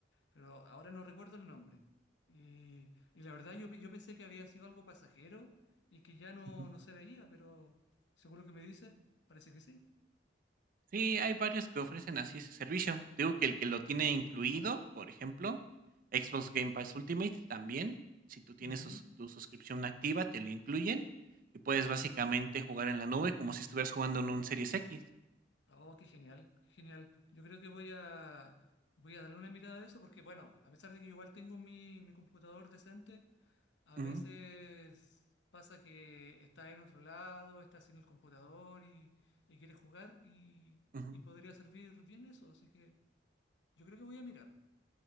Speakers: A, on the left (about 80°); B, on the right (about 50°).
A: Pero ahora no recuerdo el nombre. Y, y la verdad yo, yo pensé que había sido algo pasajero y que ya no,
B: ujú.
A: no se veía, pero seguro que me dice, parece que sí.
B: Sí, hay varios que ofrecen así ese servicio. Digo que el que lo tiene incluido, por ejemplo, Xbox Game Pass Ultimate también, si tú tienes
A: Ujú.
B: sus- tu suscripción activa, te lo incluyen y puedes básicamente jugar en la nube como si estuvieras jugando en un Series X.
A: Oh, qué genial, qué genial. Yo creo que voy a, voy a darle una mirada a eso porque, bueno, a pesar de que igual tengo mi, mi computador decente, a
B: Ujú,
A: veces pasa que está en otro lado, está sin el computador y, y quiere jugar y,
B: ujú.
A: y podría servir bien eso. Así que yo creo que voy a mirar.